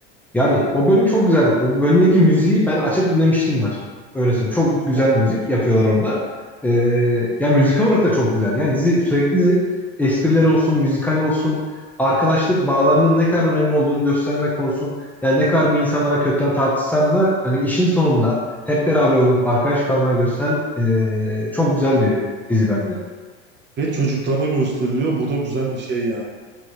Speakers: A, in the centre; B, on the right.
A: yani o bölüm çok güzel. O bölümdeki müziği ben açıp dinlemiştim var. Öyle söyleyeyim. Çok güzel
B: Aa.
A: müzik yapıyorlar orada. Ee, ya müzik olarak da çok güzel. Yani dizi sürekli dizi, esprileri olsun, müzikal olsun, arkadaşlık bağlarının ne kadar önemli olduğunu göstermek olsun. Yani ne kadar bir insanlara kötüden tartışsan da hani işin sonunda hep beraber olup arkadaş kalmayı gösteren ee, çok güzel bir dizi bence.
B: Ve çocuklara gösteriliyor. Bu da güzel bir şey yani.